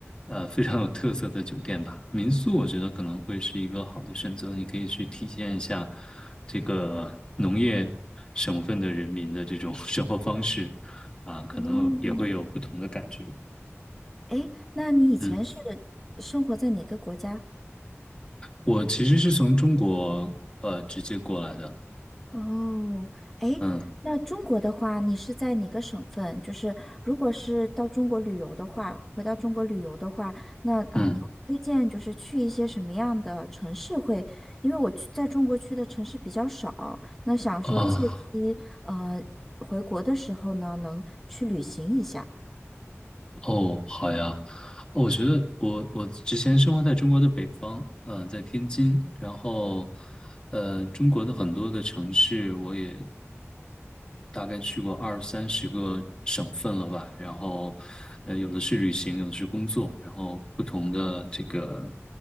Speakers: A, on the left; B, in the centre.
A: 呃，非常有特色的酒店吧。民宿我觉得可能会是一个好的选择，你可以去体现一下这个农业省份的人民的这种 <laughs> 生活方式，啊，可能也会有不同的感觉。
B: 哦，哎，那你以前是
A: 嗯，
B: 生活在哪个国家？
A: 我其实是从中国呃直接过来的，
B: 哦，诶，
A: 嗯
B: 那中国的话，你是在哪个省份？就是如果是到中国旅游的话，回到中国旅游的话，那啊、
A: 嗯
B: 呃你会推荐就是去一些什么样的城市会？因为我去在中国去的城市比较少，那想说借机呃回国的时候呢，
A: 啊。
B: 能去旅行一下。
A: 哦，好呀，哦我觉得我我之前生活在中国的北方，嗯、在天津，然后，呃，中国的很多的城市我也大概去过二三十个省份了吧，然后，呃，有的是旅行，有的是工作，然后不同的这个，